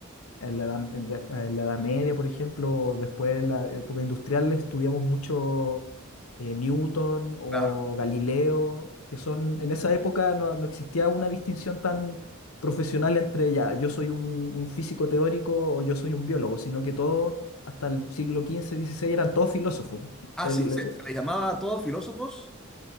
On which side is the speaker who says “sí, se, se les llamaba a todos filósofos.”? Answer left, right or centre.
Centre